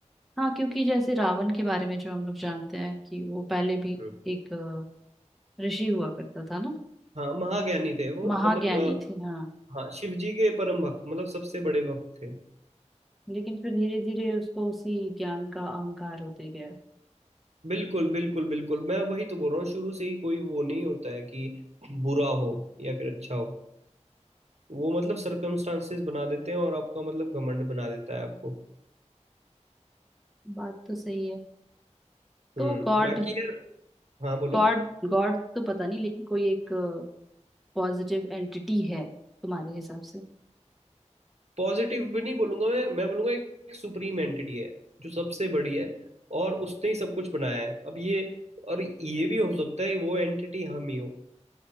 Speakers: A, in the centre; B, on the right.
A: हाँ क्योंकि जैसे रावण के बारे में जो हम लोग जानते हैं कि वो पहले भी
B: हम्म।
A: एक अ, ऋषि हुआ करता था ना
B: हाँ महाज्ञानी थे वो
A: महाज्ञानी
B: मतलब अ,
A: थे हाँ
B: हाँ शिव जी के परम भक्त मतलब सबसे बड़े भक्त थे
A: लेकिन फिर धीरे धीरे उसको उसी ज्ञान का अहंकार होते गया
B: बिल्कुल बिल्कुल बिल्कुल मैं वही तो बोल रहा हूँ शुरू से ही कोई वो नहीं होता है कि बुरा हो या फिर अच्छा हो वो मतलब सर्कमस्टांसेस बना देते हैं और आपका मतलब घमंड बना देता है आपको
A: बात तो सही है तो
B: हम्म
A: गॉड
B: बाकी यार हाँ बोलो
A: गॉड गॉड तो पता नहीं लेकिन कोई एक पॉजिटिव एंटिटी है तुम्हारे हिसाब से
B: पॉजिटिव भी नहीं बोलूंगा मैं मैं बोलूंगा एक, एक सुप्रीम एंटिटी है जो सबसे बड़ी है और उसने ही सब कुछ बनाया है अब ये और ये भी हो सकता है वो एंटिटी हम ही हो